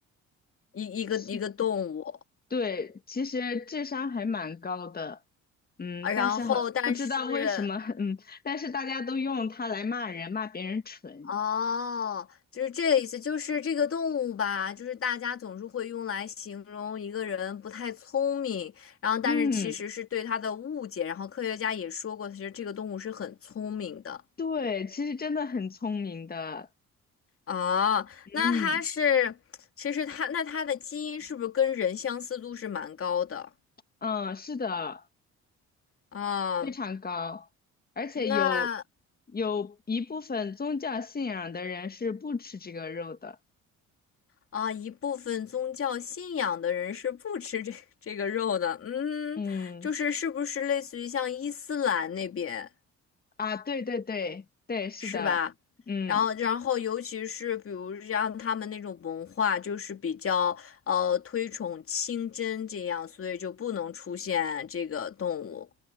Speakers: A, on the left (about 45°); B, on the left (about 30°).
A: 一一个一个动物，
B: 是，对，其实智商还蛮高的。嗯，
A: 啊然后但是
B: 但是好，不知道为什么，嗯，但是大家都用它来骂人，骂别人蠢。
A: 哦，就是这个意思，就是这个动物吧，就是大家总是会用来形容一个人不太聪明，然后但是其实是对它的误解，
B: 嗯。
A: 然后科学家也说过，其实这个动物是很聪明的。
B: 对，其实真的很聪明的，
A: 哦，
B: 嗯，
A: 那它是，其实它那它的基因是不是跟人相似度是蛮高的
B: 嗯，是的，
A: 啊？
B: 非常高，而且有
A: 那
B: 有一部分宗教信仰的人是不吃这个肉的，
A: 啊，一部分宗教信仰的人是不吃这这个肉的，嗯，
B: 嗯，
A: 就是是不是类似于像伊斯兰那边？
B: 啊，对对对对，是的，
A: 是吧？
B: 嗯
A: 然后，然后，尤其是比如像他们那种文化，就是比较呃推崇清真这样，所以就不能出现这个动物。